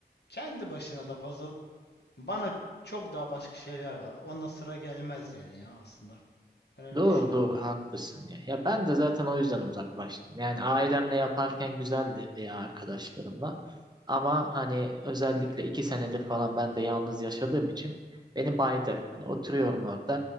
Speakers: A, on the left; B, on the right.
A: kendi başına da puzzle bana çok daha başka şeyler var. Ona sıra gelmez yani ya aslında. Ben öyle
B: Doğru
A: düşünüyorum
B: doğru
A: ben.
B: haklısın ya. Ya ben de zaten o yüzden uzaklaştım. Yani ailemle yaparken güzeldi veya arkadaşlarımla. Ama hani özellikle iki senedir falan ben de yalnız yaşadığım için beni baydı. Hani oturuyorum orada.